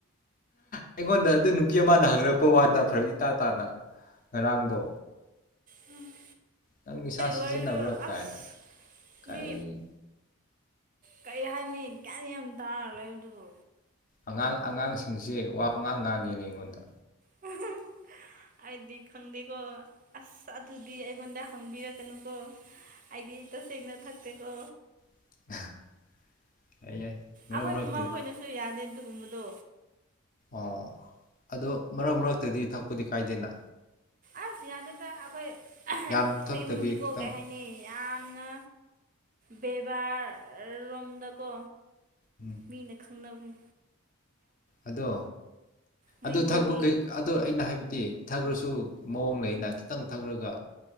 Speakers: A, on the left; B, on the right.
A: ꯑꯩꯉꯣꯟꯗ ꯑꯗꯨ ꯅꯨꯄꯤ ꯑꯃꯅ ꯍꯪꯉꯛꯄ ꯋꯥꯗ ꯐꯔꯛ ꯏꯇꯥ ꯇꯥꯅ ꯉꯔꯥꯡꯗꯣ
B: ꯎꯝ
A: ꯅꯪ ꯅꯤꯁꯥ ꯁꯤꯖꯤꯟꯅꯕ꯭ꯔꯥ
B: ꯋꯥꯔꯤ
A: ꯀꯥꯏꯅ
B: ꯑꯁ
A: ꯀꯔꯤ
B: ꯃꯤ ꯀꯔꯤ ꯍꯥꯏꯅꯤ ꯒ꯭ꯌꯥꯟ ꯌꯥꯝ ꯇꯥꯔ ꯂꯩꯕꯗꯨꯗꯣ
A: ꯑꯉꯥꯡ ꯑꯉꯥꯡꯁꯤꯡꯁꯦ ꯋꯥ ꯄꯉꯥꯡ ꯉꯥꯡꯉꯤꯅ ꯑꯩꯉꯣꯟꯗ
B: <unintelligible> ꯑꯩꯗꯤ ꯈꯪꯗꯦꯀꯣ ꯑꯁ ꯑꯗꯨꯗꯤ ꯑꯩꯉꯣꯟꯗ ꯍꯪꯕꯤꯔꯛꯀꯅꯨꯀꯣ ꯑꯩꯗꯤ ꯇꯁꯦꯡꯅ ꯊꯛꯇꯦꯀꯣ
A: <unintelligible> ꯃꯔꯛ
B: ꯑꯈꯣꯏ
A: ꯃꯔꯛꯇ
B: ꯃꯈꯣꯏꯅꯁꯨ ꯌꯥꯗꯦ ꯑꯗꯨꯒꯨꯝꯕꯗꯣ
A: ꯑꯣ ꯑꯗꯣ ꯃꯔꯛ ꯃꯔꯛꯇꯗꯤ ꯊꯛꯄꯗꯤ ꯀꯥꯏꯗꯦꯅ
B: ꯑꯁ ꯌꯥꯅꯤꯗ ꯑꯩꯈꯣꯏ <unintelligible> ꯑꯩꯈꯣꯏ
A: ꯌꯥꯝ ꯊꯛꯇꯕꯤ
B: ꯏꯃꯨꯡꯗꯤꯀꯣ
A: ꯈꯤꯇꯪ
B: ꯀꯩ ꯍꯥꯏꯅꯤ ꯌꯥꯝꯅ ꯕꯦꯕꯥꯔꯔꯣꯝꯗꯀꯣ
A: ꯎꯝ
B: ꯃꯤꯅ ꯈꯥ ꯅꯕꯅꯤ
A: ꯑꯗꯣ
B: ꯃꯣꯏ
A: ꯑꯗꯨ
B: ꯏꯃꯨꯡꯗꯤ
A: ꯊꯛꯄ ꯀꯩ ꯑꯗꯨ ꯑꯩꯅ ꯍꯥꯏꯕꯗꯤ ꯊꯛꯈ꯭ꯔꯁꯨ ꯃꯑꯣꯡ ꯂꯩꯅ ꯈꯤꯇꯪ ꯊꯛꯈ꯭ꯔꯒ